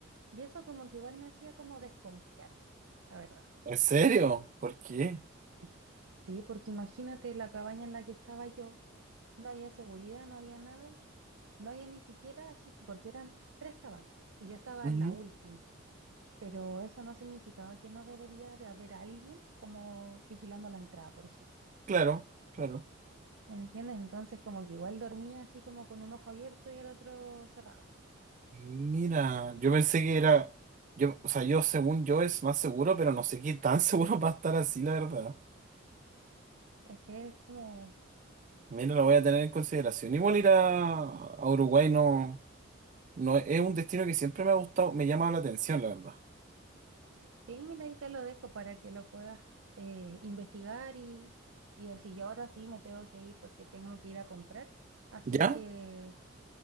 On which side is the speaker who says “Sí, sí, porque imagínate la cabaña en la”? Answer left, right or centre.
Right